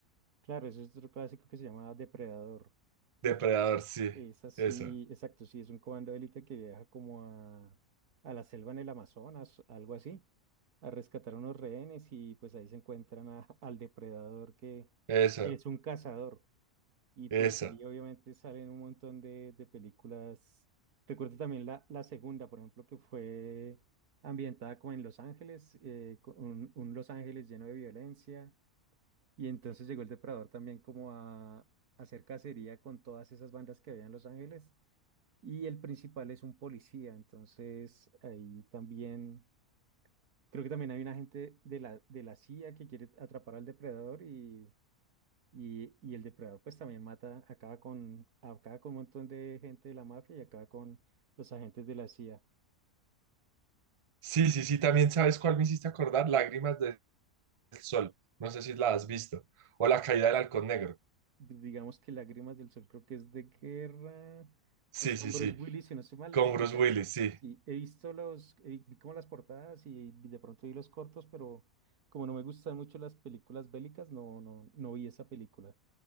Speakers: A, on the right; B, on the right.
A: Claro, eso es otro clásico que se llama Depredador. Y
B: Depredador,
A: pues
B: sí,
A: es así,
B: esa,
A: exacto, sí, es un comando de élite que viaja como a, a la selva en el Amazonas, algo así, a rescatar unos rehenes y pues ahí se encuentran a- <laughs> al depredador que
B: esa,
A: es un cazador. Y
B: esa.
A: pues de ahí obviamente salen un montón de, de películas. Recuerdo también la, la segunda, por ejemplo, que fue ambientada como en Los Ángeles, eh, con un un Los Ángeles lleno de violencia y entonces llegó el Depredador también como a, a hacer cacería con todas esas bandas que había en Los Ángeles. Y el principal es un policía, entonces ahí también, creo que también hay un agente de la, de la CIA que quiere atrapar al Depredador y, y, y el Depredador pues también mata, acaba con, acaba con un montón de gente de la mafia y acaba con los agentes de la CIA.
B: Sí, sí, sí, también sabes cuál me hiciste acordar, Lágrimas del Sol. No sé si la has visto. O La Caída del Halcón Negro.
A: digamos que Lágrimas del Sol creo que es de guerra.
B: Sí,
A: Es con
B: sí, sí,
A: Bruce Willis, si no estoy mal.
B: con
A: Esa,
B: Bruce Willis, sí.
A: sí, he visto los, eh, vi como las portadas y de pronto vi los cortos, pero como no me gustan mucho las películas bélicas, no, no, no vi esa película.